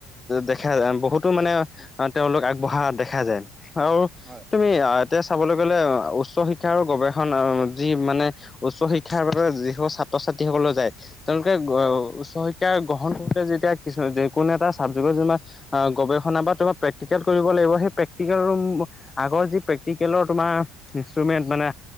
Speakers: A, on the left (about 25°); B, on the right (about 20°).
A: দেখা বহুত টো মানে তেওঁলোক আগবঢ়া দেখা যায় আৰু
B: হয়
A: তুমি তেতিয়া চাবলৈ গ'লে উচ্চ শিক্ষাৰ আৰু গৱেষণ যি মানে উচ্চ শিক্ষাৰ বাবে যিসকল ছাত্ৰ-ছাত্ৰীসকলে যায়। তেওঁলোকে
B: হয় হয়
A: উচ্চ শিক্ষা গ্ৰহণ কৰোতে যেতিয়া কিছু কোনো এটা চাবজেক্টৰ যেনিবা আহ গৱেষণা বা তোমাক প্ৰেক্টিকেল কৰিব লাগিব, সেই প্ৰেক্টিকেলৰ আগৰ যি প্ৰেক্টিকেলৰ তোমাৰ ইনষ্ট্ৰমেণ্ট মানে